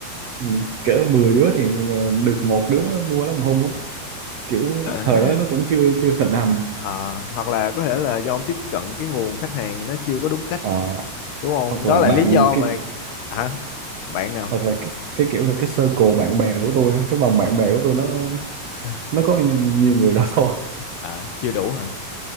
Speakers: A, on the right; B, on the left.
A: ờ, cỡ 10 đứa thì ờ, được một đứa mua lắm hung á kiểu
B: <laughs>
A: thời đó nó cũng chưa chưa thịnh hành
B: Ờ, hoặc là có thể là do ông tiếp cận cái nguồn khách hàng nó chưa có đúng cách
A: Ờ,
B: đúng không
A: hoặc là
B: đó là
A: bạn
B: lý do
A: cái
B: mà hả bạn nào
A: hoặc là cái, cái kiểu là cái circle bạn bè của tôi á, cái vòng bạn bè của tôi nó
B: <laughs>
A: nó có nhiều người đó thôi
B: à, chưa đủ hả